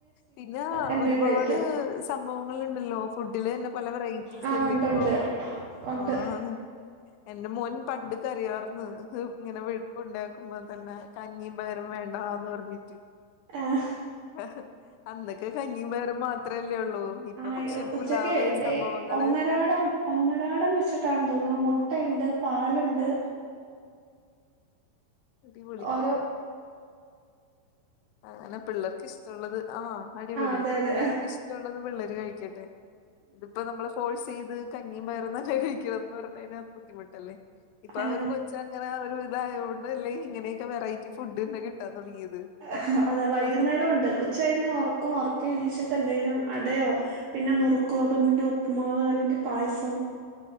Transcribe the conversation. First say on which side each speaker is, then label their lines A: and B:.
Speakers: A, on the left; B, on the right.
A: പിന്നാ
B: എന്തേലും
A: ഒരുപാട്
B: ആയിരിക്കും
A: സംഭവങ്ങളുണ്ടല്ലോ, ഫുഡിലെന്നെ പല വെറൈറ്റീസല്ലേഇപ്പോ
B: ആ ഉണ്ടുണ്ട് ഉണ്ട്
A: ആഹ് ന്ന് എന്റെ മോൻ പണ്ട് കരയുവാർന്ന്. ഇങ്ങനെ വീട്ട് കൊണ്ടയാക്കുമ്പോ തന്നെ കഞ്ഞി. പയറും വേണ്ടാന്ന് പറഞ്ഞിട്ട്.
B: ആഹ് -
A: വഹ് അന്നൊക്കെ കഞ്ഞീം പയറും മാത്രല്ലേ ഉള്ളൂ. ഇപ്പൊ
B: ആ
A: പക്ഷേ പുലാവ്
B: ഉച്ചക്ക് ഡേ
A: സംഭവങ്ങള്.
B: ഒന്നരാടം ഒന്നരാടം വെച്ചിട്ടാണ്ന്ന് തോന്നുന്നു മുട്ടയുണ്ട് പാലുണ്ട്.
A: അടിപൊളി
B: ഒരു
A: അങ്ങനെ പിള്ളർക്ക് ഇഷ്ടമുള്ളത്. ആഹ് അടിപൊളി
B: ആ അതെ അതെ
A: പിള്ളർക്ക് ഇഷ് ടള്ളത് പിള്ളേര് കഴിക്കട്ടെ. ഇതിപ്പോ നമ്മള് ഫോൾസെയ്ത് കഞ്ഞിയും പയറും തന്നെ കഴിക്കണംന്ന് പറഞ്കഴിഞ്ഞ അത് ബുദ്ധിമുട്ടല്ലേ ഇപ്പൊ
B: ആ
A: അവര് കൊച് ച്ചങ്ങനെ ഒരു ഇതായോണ്ടല്ലേ ഇങ്ങനെയൊക്കെ വെറൈറ്റി ഫുഡ്ന്നെ കിട്ടാൻ തുടങ്ങിയത്.
B: അഹ് അതെ വൈകുന്നേരം
A: ആഹ്
B: ഉണ്ട്. ഉച്ച കഴിഞ ഉറക്കും. ഉറക്കെ എണീച്ചിട്ട് എന്തേലും അടയോ പിന്നെ നുറുക്കോതമ്പിന്റെ ഉപ് പ്പുമാവ് അല്ലെങ്കിൽ പായസം